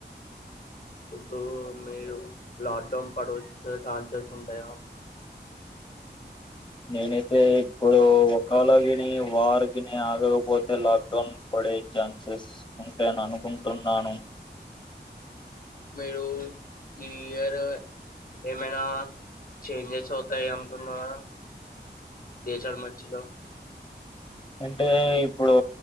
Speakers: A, on the left; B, on the left.
A: ఇప్పుడు మీరు లాక్ డౌన్ పడు వచ్చే ఛాన్సెస్ ఉంటాయా
B: నేనే తే ఇప్పుడు ఒకలాగ అంటే వారు గిన ఆగకపోతే లాక్డౌన్ పడే ఛాన్సెస్ ఉంటాయి అనుకుంటున్నాను
A: మీరు ఈ ఇయర్ ఏమైనా చేంజెస్ అవుతాయి అంటున్నారా దేశాల మధ్యలో
B: అంటే ఇప్పుడు